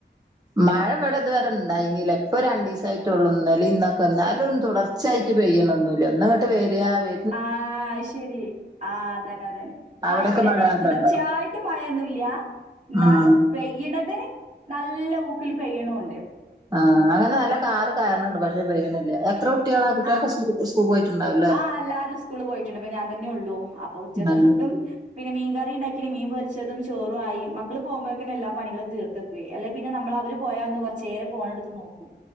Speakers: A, on the right; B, on the right.
A: മഴ ഇവിടെ ഇതുവരെ ഇണ്ടായീന്നില്ലെ. ഇപ്പ രണ്ടീസായിട്ടൊള്ളു. ഇന്നലിം ഇന്നൊക്കെ ഇന്നാലും തുടർ ച്ചായിറ്റ് പെയ്യ്ണോന്നുല്ല ഒന്നങ്ങട്ട് വെരാ വെ
B: ആഹ് അയ്ശരി ആഹ് അതെന്നെ അതെന്നെ ആഹ്
A: അവിടൊക്കെ
B: ഇവിടെ
A: മഴ
B: ങ്ങനെ തുടർച്ചയായിട്ട്
A: ഇണ്ടോ
B: മയോന്നുല്ല്യാ ന്നാലും
A: ഉം
B: പെയ് ഇടെത് നല്ല ഊക്കിൽ പെയ്യ്ണൂണ്ട്
A: ആഹ് അങ്ങനെ നല്ല കാറ് കയറ്ണണ്ട് പക്ഷെ പെയ്യ്ണില്ല എത്ര കുട്ട്യേളാ കുട്ടിയളൊക്കെ
B: ആ
A: സ് സ്കൂൾക്ക് പോയിട്ട്ണ്ടാവുല്ലേ
B: ആഹ് അല്ലാരും സ്കൂള് പോയിട്ട്ണ്ട് ഇപ്പ ഞാൻ തന്നെ ഒള്ളു അപ്പൊ ഉച്ചകെത്തെ
A: ആ
B: ഫുഡും പിന്നെ മീൻ കറിംണ്ടാക്കിനി മീൻ പൊര്ച്ചെതും ചോറു ആയി മക്കെള് പോവ്മ്പോഴ്ക്ക്ന്നെ എല്ലാ പണികളും തീർത്ത് അല്ലേപിന്നെ നമ്മള് അവര്പോയാ ഒന്ന് കൊറച്ചേരം ഫോണെടുത്ത് നോക്കും